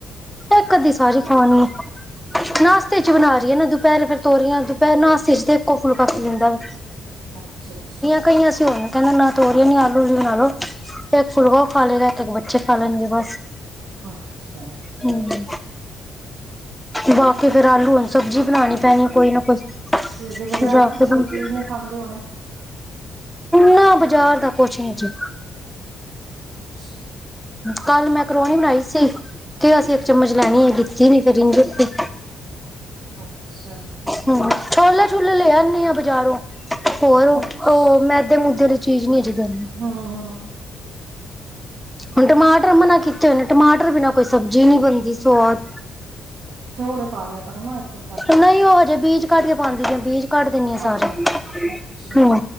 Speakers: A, in the centre; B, on the right (about 70°).
A: ਇਕ ਅੱਧੀ ਸਾਰੀ ਖਾਣੀ। ਨਾਸ਼ਤੇ 'ਚ ਬਣਾ ਰੀ ਆ ਨਾ। ਦੁ- ਦੁਪਹਿਰੇ ਫੇਰ ਤੋਰੀਆਂ। ਦੁਪਹਿਰੇ ਨਾਸਤੇ 'ਚ ਤੇ ਇੱਕੋ ਫੁੱਲਕਾ ਖਾ ਲਈ ਦਾ।
B: ਅੱਛਾ ਅੱਛਾ
A: ਕਈਆਂ ਬਸ ਸੋਕੇਂੜਾ ਨਾਲ ਤੋਰੀਆ ਨੀ ਆਲੂ ਲੀ ਬਣਾ ਲੋ। ਇੱਕ ਫੁਲਵਾ ਖਾ ਲਏਗਾ। ਇੱਕ ਬੱਚੇ ਖਾ ਲੈਣਗੇ ਬਸ।
B: ਅੱਛਾ।
A: ਹੂੰ -ਬਾਕੀ ਫੇਰ ਆਲੂ ਵਾਲੀ ਸਬਜ਼ੀ ਬਣਾਣੀ ਪੈਣੀ। ਕੋਈ ਨਾ ਕੋਈ-
B: ਤੇ ਅਜੇ ਬਾਜ਼ਾਰ
A: ਜਾ
B: ਦੀ
A: ਕੇ
B: ਤੇ ਕੋਈ ਚੀਜ਼ ਨੀ ਖਾਂਦੇ ਹੋਣੇ।
A: ਨਾ ਬਾਜ਼ਾਰ ਦਾ ਕੁਛ ਨੀ ਜੀ।
B: ਅੱਛਾ
A: ਕੱਲ ਮੈਕਰੋਣੀ ਬਣਾਈ ਸੀ। ਕਿਆ ਸੀ ਇੱਕ ਚਮਚ ਲੈਣੀ ਏ ਲੀਤੀ ਨੀ ਫੇਰ ਇੰਝੇ ਉਤੇ-
B: ਅੱਛਾ
A: ਹਾਂ ਛੋਲੇ ਛੁਲੇ ਲੈ ਆਨੀ ਆ ਬਜ਼ਾਰੋਂ। ਹੋਰ ਓ
B: ਅੱਛ
A: ਓ ਮੈਦੇ ਮੂਦੇ ਅਲੀ- ਚੀਜ਼ ਨੀ ਅਜੇ ਦੇਨੀ।
B: ਹਾਂ ਹਾਂ।
A: ਹੁਣ ਟਮਾਟਰ ਮਨਾ ਕੀਤੇ ਹੋਏ ਨੇ ਟਮਾਟਰ ਬਿਨਾਂ। ਕੋਈ ਸਬਜ਼ੀ ਨਹੀਂ ਬਣਦੀ ਸਵਾਦ।
B: ਥੋੜ੍ਰੇ ਪਾ ਲਿਆ ਕਰੋ ਨਾ ਇੱਕ ਅੱਧਾ।
A: ਨਹੀਂ ਹੀ ਉਹ ਹਜੇ ਬੀਜ ਕੱਢ ਕੇ ਪਾਉਂਦੀ ਹੈ। ਬੀਜ। ਕੱਢ ਦਿੰਦੀ ਆ ਸਾਰੇ
B: ਅੱਛਾ ਅੱਛਾ ਅੱਛਾ
A: ਹੂੰ